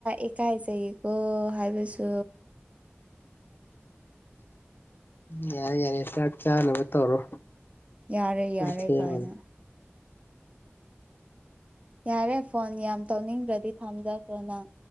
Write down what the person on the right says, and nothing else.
ꯏꯀꯥꯏꯖꯩꯌꯦꯀꯣ ꯍꯥꯏꯕꯁꯨ
ꯌꯥꯔꯦ ꯌꯥꯔꯦ
ꯀꯥꯏꯅ ꯌꯥꯔꯦ ꯐꯣꯟ ꯌꯥꯝ ꯇꯧꯅꯤꯡꯗ꯭ꯔꯗꯤ ꯊꯝꯖꯈ꯭ꯔꯣꯅꯪ